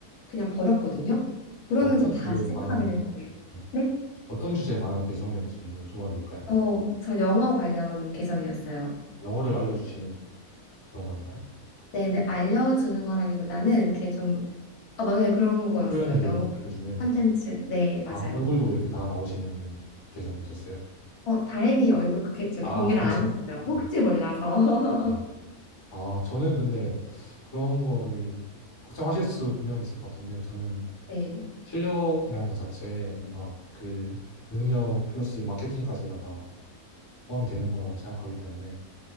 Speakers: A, on the left; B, on the left.
A: 그냥 버렸거든요.
B: 혹시
A: 그러면서
B: 어떤
A: 다시
B: 주제에
A: 생각하게
B: 관한,
A: 된 거예요.
B: 네.
A: 네?
B: 어떤 주제에 관한 계정이었는지 여쭤봐도 될까요?
A: 어, 저 영어 관련 계정이었어요.
B: 영어를 알려주시는 그런 거였나요?
A: 네, 근데 알려주는 거라기보다는 이게 좀, 아, 맞아요. 그런 거였어요.
B: 표현들을
A: 영어
B: 알려주는.
A: 컨텐츠. 네,
B: 아,
A: 맞아요.
B: 얼굴도 이렇게 다 나오시는 계정이셨어요?
A: 어, 다행히 얼굴 그 저기
B: 아,
A: 공개를
B: 그러시군요.
A: 안 했어요. 혹시 몰라서.
B: 네.
A: <laughs>
B: 아, 저는 근데 그런 거를 걱정하실 수 분명히 있을 것 같은데, 저는
A: 네.
B: 실력이라는 것 자체에 뭔가 그 능력 플러스 마케팅까지가 다 포함이 되는 거라고 생각하기 때문에,